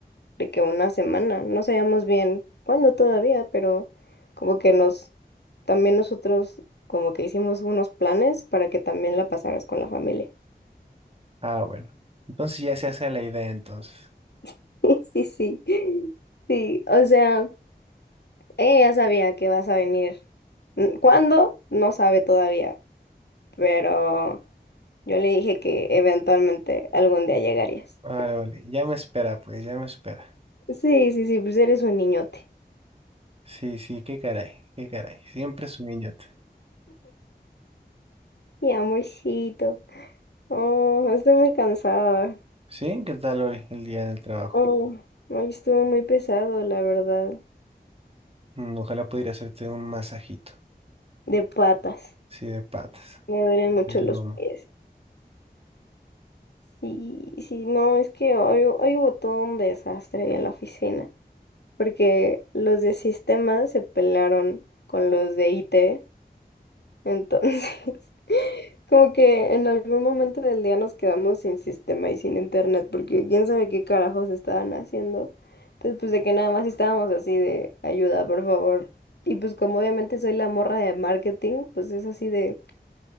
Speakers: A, on the left; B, on the right.
A: de que una semana, no sabíamos bien cuándo todavía, pero como que nos, también nosotros como que hicimos unos planes para que también la pasaras con la familia.
B: Ah, bueno, entonces ya se hace la idea entonces.
A: <laughs> Sí, sí, sí, o sea, ella ya sabía que vas a venir. Mm, ¿Cuándo? No sabe todavía, pero yo le dije que eventualmente algún día llegarías.
B: Vale, vale, ya me espera, pues, ya me espera.
A: Sí, sí, sí, pues eres un niñote.
B: Sí, sí, qué caray, qué caray. Siempre es un niñote.
A: Y amorcito. Oh, estoy muy cansada.
B: ¿Sí? ¿Qué tal hoy, el día del trabajo?
A: Oh, hoy estuvo muy pesado, la verdad.
B: Mm, ojalá pudiera hacerte un masajito.
A: De patas.
B: Sí, de patas,
A: Me duelen
B: del
A: mucho los
B: lomo.
A: pies. Sí, sí, no, es que hoy, hoy hubo todo un desastre en la oficina. Porque los de sistemas se pelearon con los de I T Entonces, <laughs> como que en algún momento del día nos quedamos sin sistema y sin internet, porque quién sabe qué carajos estaban haciendo. Entonces, pues de que nada más estábamos así de ayuda, por favor. Y pues como obviamente soy la morra de marketing, pues es así de,